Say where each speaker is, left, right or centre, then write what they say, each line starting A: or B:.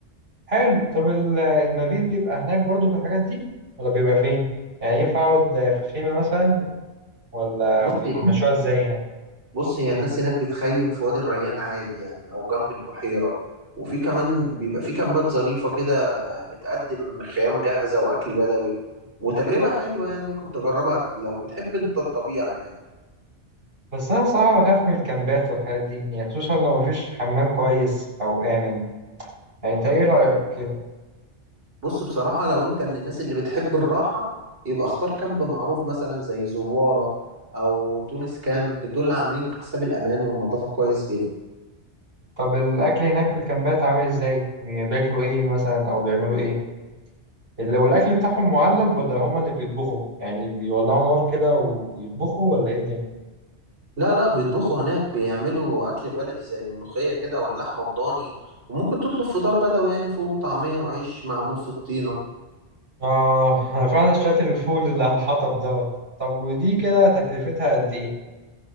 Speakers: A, on the right; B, on the right.
A: حلو طب ال- المبيت بيبقى هناك برضو في الحاجات دي ولا بيبقى فين يعني ينفع اقعد آه، في خيمة مثلا ولا
B: بص
A: بيمشوها ازاي هناك
B: بص هي الناس هناك بتخيم في وادي الريان عادي يعني أو جنب البحيرة وفي كمان بيبقى في كامبات ظريفة كده بتقدم خيام جاهزة وأكل بدوي وتجربة حلوة يعني ممكن تجربها لو بتحب أنت الطبيعة يعني
A: بس انا صراحة بخاف من الكامبات والحاجات دي يعني خصوصا لو مفيش حمام كويس او امن يعني انت ايه رأيك كده
B: بص بصراحة لو انت من الناس اللي بتحب الراحة يبقى اختار كامب معروف مثلا زي زوارة او تونس كامب دول عاملين حساب الامان والنظافة كويس جدا
A: طب الاكل هناك في الكامبات عامل ازاي بياكلوا ايه مثلا او بيعملوا ايه لو الأكل بتاعهم معلب ولا هما اللي بيطبخوا يعني بيولعوا نار كده ويطبخوا ولا إيه الدنيا؟
B: لا لا بيطبخوا هناك بيعملوا اكل بلدي زي الملوخية كده واللحمة الضاني وممكن تطلب فطار بدوي يعني فول وطعمية وعيش معمول في الطين
A: آه <laughs> أنا فعلا اشتريت الفول اللي على الحطب دوت طب ودي كده تكلفتها قد إيه؟